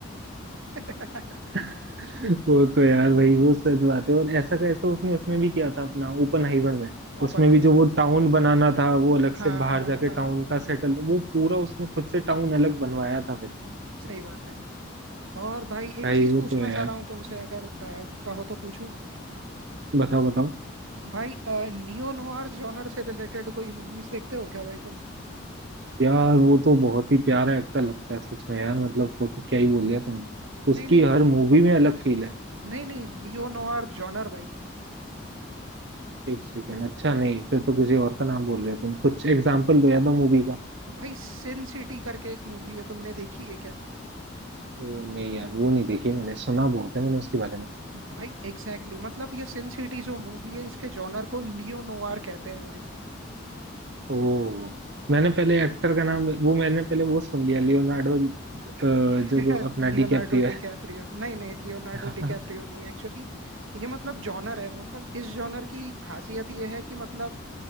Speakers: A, on the right; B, on the right.
A: <laughs>
B: <laughs> वो तो यार भाई वो सच बात है और ऐसा का ऐसा उसने उसमें भी किया था अपना ओपन हाइवर में
A: ओपनहाइमर
B: उसमें भी जो वो टाउन बनाना था वो अलग
A: हाँ
B: से बाहर
A: हाँ
B: जाके
A: हाँ
B: टाउन
A: हाँ
B: का सेटल वो पूरा उसने खुद से टाउन अलग बनवाया था फिर
A: सही बात है और भाई एक
B: भाई
A: चीज
B: वो
A: पूछना
B: तो है
A: चाह
B: यार
A: रहा हूँ तुमसे अगर अ, कहो तो पूछूं
B: बताओ
A: भाई नियो नोआर जॉनर से रिलेटेड कोई मूवीज देखते हो क्या भाई तुम
B: यार वो तो बहुत ही प्यारा एक्टर लगता है सच में यार मतलब वो तो क्या ही बोल दिया तुमने
A: नहीं
B: उसकी
A: नहीं
B: हर मूवी में अलग फील है
A: नहीं नहीं नियो नोआर जॉनर भाई
B: एक सेकेंड अच्छा नहीं फिर तो किसी और का नाम बोल रहे हो तुम कुछ
A: न-
B: एग्जाम्पल दो या दो मूवी का
A: भाई सिन सिटी करके एक मूवी है तुमने देखी है क्या
B: ओ नहीं यार वो नहीं देखी मैंने सुना बहुत है मैंने उसके बारे में
A: भाई एग्जैक्टली exactly, मतलब ये सिन सिटी जो मूवी है इसके जॉनर को नियो नोआर कहते हैं भाई
B: ओ मैंने पहले एक्टर का नाम वो मैंने पहले वो सुन लिया लियोनार्डो जो
A: <laughs>
B: अपना
A: लियोनार्डो
B: डिकैप्रियो
A: डिकैप्रियो
B: है
A: नहीं नहीं लियोनार्डो
B: <laughs>
A: डिकैप्रियो नहीं एक्चुअली ये मतलब जॉनर है मतलब इस जॉनर की खासियत ये है कि मतलब